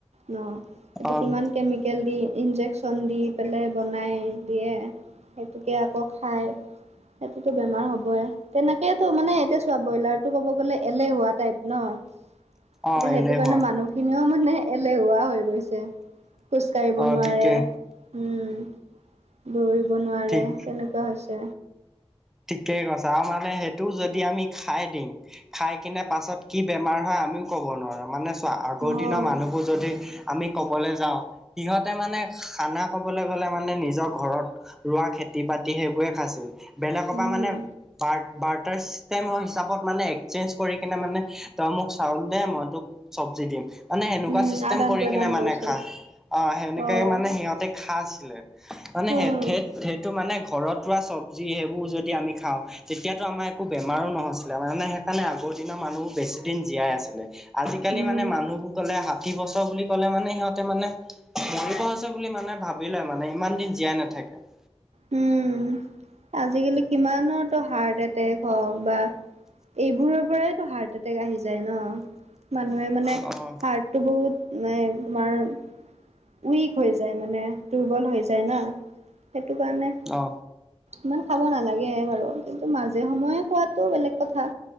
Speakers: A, on the right; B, in the centre.
A: ন এইটো
B: অ
A: কিমান কেমিকেল দি ইনজেকচন দি পেলাই বনাই দিয়ে সেইটোকে আকৌ খাই সেতোতো বেমাৰ হ'বই। তেনেকেইটো মানে এতিয়া চোৱা ব্ৰইলাৰটো কব গলে এলেহুৱা টাইপ ন'।
B: অ
A: এতিয়া সেইটো
B: এলেহুৱা
A: কাৰণে মানুহখিনিও মানে এলেহুৱা হৈ গৈছে। খোজ কঢ়িব
B: অ
A: নোৱাৰে,
B: ঠিকে
A: উম দৌৰিব নোৱাৰে
B: ঠিক
A: তেনে- কা হৈছে।
B: ঠিকেই কৈছা আৰু মানে সেইটো যদি আমি খাই দিম খাই কিনে পাছত কি বেমাৰ হয় আমিও ক'ব নোৱাৰো মানে চোৱা আগৰ
A: অ',
B: দিনৰ মানুহ কো যদি আমি ক'বলে যাওঁ সিহঁতে মানে খানা কবলৈ গ'লে মানে নিজৰ ঘৰত ৰোৱা খেতি -বাতি সেইবোৰে খাইছিল বেলেক
A: উম,
B: পা মানে পাৰ্ট পাৰ্টচ তে মই হিচাপত মানে এক্সচেঞ্জ কৰি কিনে মানে তই মোক চাউল দে মই তোক চবজি দিম মানে সেনেকুৱা
A: উম,
B: চিষ্টেম
A: আদান
B: কৰি
A: প্ৰদান
B: কিনে মানে
A: কৰিছিল
B: খা অ সেনেকেই
A: অ',
B: মানে সিহঁতে খা আছিলে মানে
A: উম,
B: সেত সেত সেইটো মানে ঘৰত ৰোৱা চবজি সেইবোৰ যদি আমি খাওঁ তেতিয়াতো আমাৰ একো বেমাৰো নহৈছিলে মানে সেইকাৰণে আগৰ দিনৰ মানুহবোৰ বেছি দিন জীয়াই আছিলে। আজি-কালি
A: উম,
B: মানে মানুহবোৰ ক'লে ষাঠি বছৰ বুলি কলে মানে সিহঁতে মানে মৰিব হৈছে বুলি মানে ভাবি লয় মানে ইমান দিন জীয়াই নাথাকে।
A: উম আজিকালি কিমানৰ তো হাৰ্ট এটেক হওক বা এইবোৰৰ পৰাইতো হাৰ্ট এটে টেক আহি যায় ন মানুহে মানে
B: অ',
A: হাৰ্টটো বহুত মানে তোমাৰ উইক হৈ যায় মানে দুৰ্বল হৈ যায় না সেইটো কাৰণে
B: অ
A: ইমান খাব নালাগে বাৰু কিন্তু মাজে সময়ে খোৱাটো বেলেগ কথা।